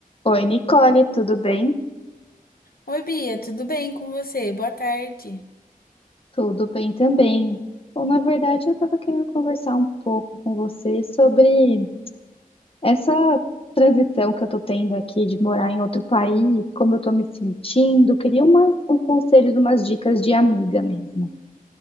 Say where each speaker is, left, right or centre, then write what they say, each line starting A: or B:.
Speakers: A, on the left; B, on the left.
A: Oi, Nicole, tudo bem?
B: Oi, Bia, tudo bem com você? Boa tarde.
A: Tudo bem também. Bom, na verdade, eu estava querendo conversar um pouco com você sobre essa transição que eu estou tendo aqui de morar em outro país, como eu estou me sentindo. Queria umas, uns conselhos, umas dicas de amiga mesmo.